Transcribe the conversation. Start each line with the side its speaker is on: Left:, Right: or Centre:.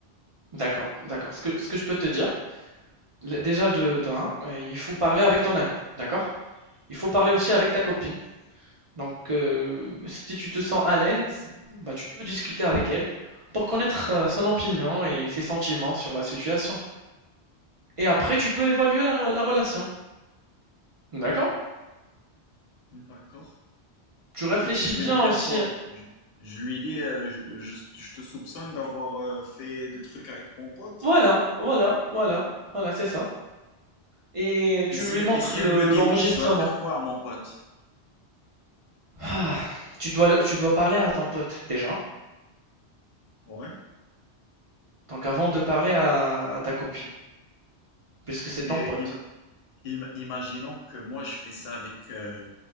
Right: D'accord, d'accord. Ce que ce que je peux te dire, l déjà de de 1, heu, il faut parler avec ton ami, d'accord? Il faut parler aussi avec ta copine. Donc, heu, si tu te sens à l'aise, bah, tu peux discuter avec elle pour connaître, heu, son opinion et ses sentiments sur la situation. Et après tu peux évaluer la re la relation, d'accord?
Left: D'accord.
Right: Tu réfléchis
Left: Et du coup, je
Right: bien
Left: vais lui dire
Right: aussi
Left: quoi? Je, je lui dis, euh, je, je- je te soupçonne d'avoir euh, fait des trucs avec mon pote.
Right: voilà, voilà, voilà, voilà, c'est ça. et
Left: Et
Right: tu
Left: si
Right: lui
Left: elle,
Right: montres
Left: et si elle
Right: le-
Left: me dit
Right: l'enregistrement.
Left: oui, je dois faire quoi, mon pote?
Right: Ah, tu dois, tu dois parler à ton pote déjà.
Left: Ouais.
Right: Donc avant de parler à, à ta copine, puisque c'est
Left: Mais
Right: ton pote.
Left: im- im- imaginons que moi je fais ça avec euh,